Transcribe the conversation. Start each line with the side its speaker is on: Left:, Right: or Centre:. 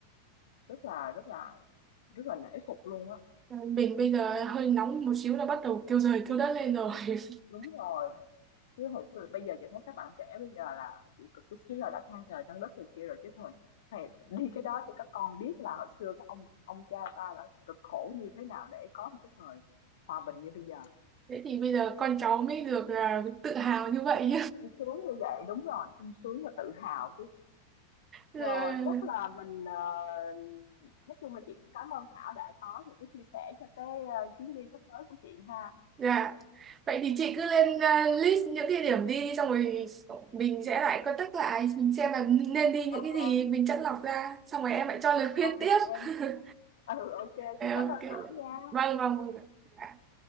Left: rất là rất là rất là nể phục luôn á
Right: Mình bây giờ hơi nóng một xíu là bắt đầu kêu trời kêu đất lên rồi. <laughs>
Left: đúng rồi chứ hồi xưa bây giờ chị thấy các bạn trẻ bây giờ là chịu cực chút xíu là đã than trời than đất thì kia rồi chứ thôi thầy đi cái đó cho các con biết là hồi xưa các ông ông cha ta đã cực khổ như thế nào để có một cái thời hòa bình như bây giờ
Right: Thế thì bây giờ con cháu mới được à, tự hào như vậy
Left: Sung sướng như vậy, đúng rồi, sung sướng và tự hào chứ.
Right: nhá.
Left: Rồi, chắc là
Right: <laughs>
Left: mình, ờ, nói chung là chị cũng cảm ơn Thảo đã có những cái chia sẻ cho cái, ờ, chuyến đi sắp tới của chị ha.
Right: Dạ. Vậy thì chị cứ lên ờ, list những địa điểm đi xong rồi mình sẽ lại contact lại mình xem là nên đi những
Left: OK,
Right: cái gì mình chắt lọc ra xong rồi em lại cho lời khuyên
Left: OK
Right: tiếp.
Left: em.
Right: <laughs>
Left: Ừ, OK,
Right: Ok.
Left: chị cảm ơn Thảo nha.
Right: Vâng vâng vâng. Dạ.